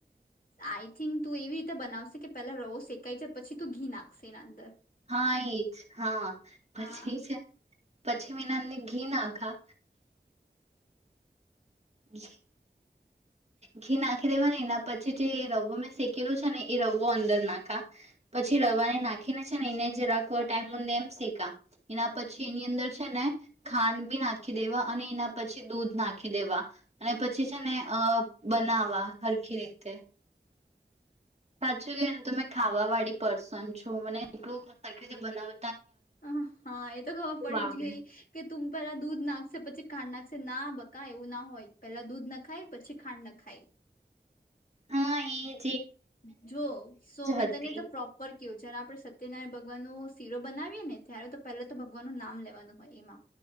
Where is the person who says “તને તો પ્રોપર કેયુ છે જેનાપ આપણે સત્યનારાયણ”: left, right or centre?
Left